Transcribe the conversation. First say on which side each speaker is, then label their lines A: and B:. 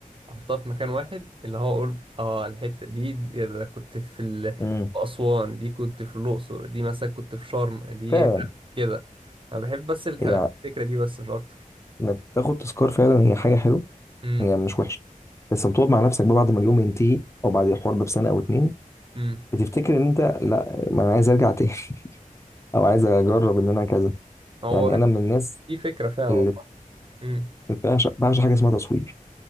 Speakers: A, on the right; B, on the left.
A: احطها في مكان واحد اللي هو اقول اه الحته دي, دي ده أنا كنت في ال...
B: امم.
A: في اسوان دي كنت في الاقصر دي مثلا كنت في شرم دي
B: فعلا
A: كده انا بحب بس الح-
B: يعني
A: الفكره دي بس مش اكتر
B: انك تاخد تذكار فعلا هي حاجه حلوه
A: امم
B: هي مش وحشه بس لما تقعد مع نفسك بقى بعد ما اليوم ينتهي او بعد الحوار ده بسنه او اتنين
A: امم
B: بتفتكر ان انت لا ما انا عايز ارجع تاني <laughs> او عايز اجرب ان انا كذا
A: هو
B: يعني انا
A: دي
B: من الناس
A: دي فكره فعلا والله
B: اللي
A: امم
B: بعشق بعشق حاجه اسمها تصوير